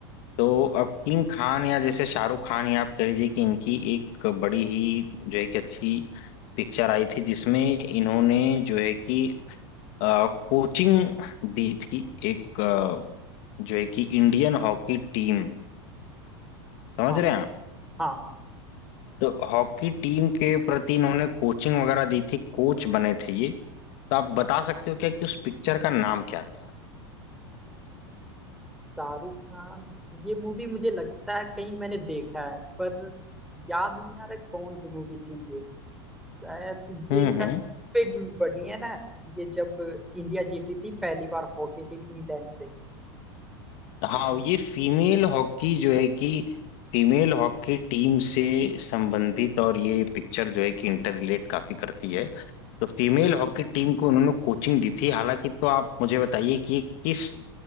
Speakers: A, on the left; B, in the centre.
A: तो अब किंग खान या जैसे शाहरुख खान या आप कह लीजिए कि इनकी एक बड़ी ही जो है कि अच्छी पिक्चर आई थी जिसमें इन्होंने जो है कि अ, कोचिंग दी थी एक अ, जो है कि इंडियन हॉकी टीम समझ
B: हाँ
A: रहे हैं आप
B: हाँ
A: तो हॉकी टीम के प्रति इन्होंने कोचिंग वगैरह दी थी कोच बने थे ये तो आप बता सकते हो क्या कि उस पिक्चर का नाम क्या था
B: शाहरुख खान ये मूवी मुझे लगता है कहीं मैंने देखा है पर याद नहीं आ रहा कौन सी मूवी थी शायद ये
A: हम्म
B: शायद
A: हम्म
B: पे बनी है ना ये जब इंडिया जीती थी पहली बार हॉकी टीम इंग्लैंड से
A: हाँ
B: मैं-
A: ये फीमेल हॉकी जो है कि फीमेल हॉकी टीम से संबंधित और ये पिक्चर जो है कि इंटर रिलेट काफी करती है तो फीमेल हॉकी टीम को उन्होंने कोचिंग दी थी हालांकि तो आप मुझे बताइए कि ये किस